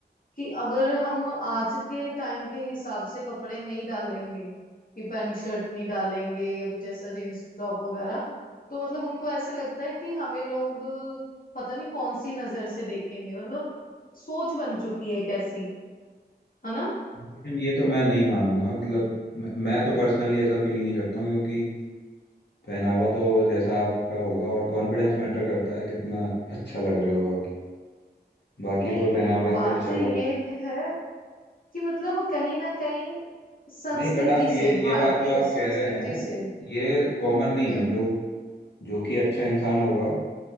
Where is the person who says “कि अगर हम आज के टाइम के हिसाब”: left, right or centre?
Left